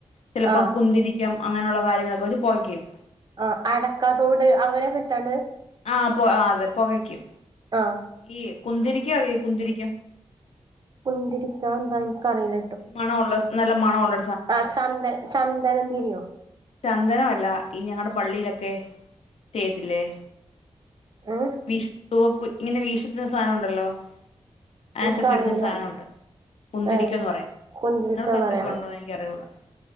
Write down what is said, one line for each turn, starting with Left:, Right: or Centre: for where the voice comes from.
Left: ചെലപ്പം
Right: ആഹ്
Left: കുന്തിരി ക്യം അങ്ങനള്ള കാര്യങ്ങളൊക്കെ വച്ച് പൊകക്യും
Right: ആ അടക്കാതോട് അങ്ങനക്ക ഇട്ടാണ്ട്
Left: ആ പൊ അതെ പൊകയ്ക്കും
Right: ആ
Left: ഈ കുന്തിരിക്കം അറിയോ കുന്തിരിക്കം
Right: കുന്തരിക്ക അതന്താ ഇൻക്കറീല
Left: മണോള്ള നല്ല മണോള്ള
Right: ആ ചന്ദ ചന്ദനം തിരിയോ
Left: ചന്ദനം അല്ല ഈ ഞങ്ങട പള്ളീലൊക്കെ ചെയ്യത്തില്ലേ
Right: ഏ
Left: വീഷ് തൂവക്കു ഇങ്ങനെ വീശുന്ന സാനം ഉണ്ടല്ലോ അങ്ങൻത്തൊക്കെ
Right: എനിക്കറിയില്ല
Left: ഇട്ന്നൊരു സാനൊണ്ട് കുന്തിരിക്കന്ന്
Right: ഏ
Left: പറയും
Right: കുന്തിരിക്ക
Left: നിങ്ങളെ സ്ഥലത്തൊക്കെ
Right: പറയാ
Left: <unintelligible>